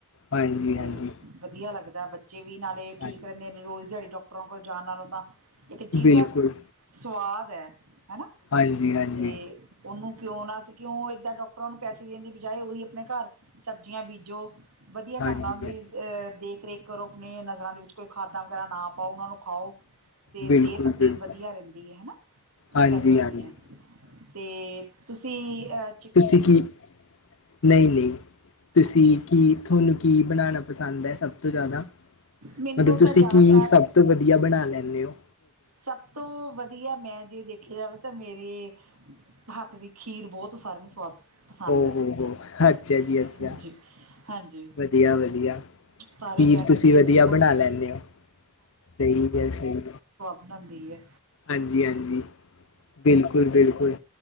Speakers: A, on the left; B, on the right.
A: ਹਾਂਜੀ
B: ਤੇ
A: ਹਾਂਜੀ
B: ਵਧੀਆ ਲਗਦਾ ਬੱਚੇ ਵੀ ਨਾਲੇ ਠੀਕ
A: ਹਾਂਜੀ
B: ਰੈਂਦੇ ਨੇ ਰੋਜ ਦਿਆੜੀ ਡਾਕਟਰਾਂ ਕੋਲ ਜਾਨ ਨਾਲੋ ਤਾਂ ਇਕ ਜੀਵ
A: ਬਿਲਕੁਲ
B: ਦਾ ਸਵਾਦ ਐ ਹਨਾ
A: ਹਾਂਜੀ ਹਾਂਜੀ
B: ਤੇ ਉਨੂੰ ਕਿਓਂ ਨਾ ਅਸੀ ਕਿਓਂ ਏਦਾ ਡਾਕਟਰਾਂ ਨੂੰ ਪੈਸੇ ਦੇਣ ਦੀ ਬਜਾਏ ਓਹੀ ਆਪਨੇ ਘਰ ਸਬਜੀਆਂ ਬੀਜੋ ਵਧੀਆ ਢੰਗ
A: ਹਾਂਜੀ
B: ਨਾਲ ਬੀ ਐ ਦੇਖ ਰੇਖ ਕਰੋ ਆਪਨੇ ਨਜ਼ਰਾਂ ਦੇ ਵਿਚ ਕੋਈ ਖਾਦਾਂ ਵਗੈਰਾ ਨਾ ਪਾਓ ਉਨਾ ਨੂੰ ਖਾਓ ਤੇ
A: ਬਿਲਕੁਲ
B: ਸੇਤ ਆਪਨੀ
A: ਬਿਲਕੁਲ
B: ਵਧੀਆ ਰੈਂਦੀ ਐ ਹਨਾ ਏ
A: ਹਾਂਜੀ
B: ਗੱਲ ਹੈਗੀ
A: ਹਾਂਜੀ
B: ਆ ਤੇ ਤੁਸੀ ਅ
A: ਤੁਸੀ ਕੀ ਨਈ ਲੀ ਤੁਸੀ
B: ਅੱਛਾ ਜੀ
A: ਕੀ ਥੋਨੂੰ ਕੀ ਬਨਾਣਾ ਪਸੰਦ ਐ ਸਬ ਤੋ ਜਿਆਦਾ?
B: ਮੈਨੂੰ
A: ਮਤਲ ਤੁਸੀ
B: ਤਾਂ ਜ਼ਿਆਦਾਤਰ
A: ਕੀ ਸਭ ਤੋ ਵਧੀਆ ਬਣਾ ਲੈਨੇ ਓ?
B: ਸਭ ਤੋ ਵਧੀਆ ਮੈ ਜੇ ਦੇਖਿਆ ਜਾਵੇ ਤਾ ਮੇਰੇ ਹੱਥ ਦੀ ਖੀਰ ਬੌਤ ਸਾਰਿਆਂ ਨੂੰ ਸਵਾਦ ਪਸੰਦ
A: ਓ - ਹੋ -ਹੋ ਅੱਛਾ ਜੀ,
B: ਹੈ
A: ਅੱਛਾ
B: ਜੀ ਹਾਂਜੀ
A: ਵਧੀਆ- ਵਧੀਆ।
B: ਸਾਰੇ
A: ਖੀਰ
B: ਕਹਿਣਗੇ
A: ਤੁਸੀ ਵਧੀਆ
B: ਬਹੁਤ
A: ਬਣਾ
B: ਸਵਾਦ
A: ਲੈਨੇ ਓ ਸਈ ਐ ਸਈ।
B: ਬਨਦੀ ਐ।
A: ਆਜੀ-ਆਜੀ, ਬਿਲਕੁਲ- ਬਿਲਕੁਲ,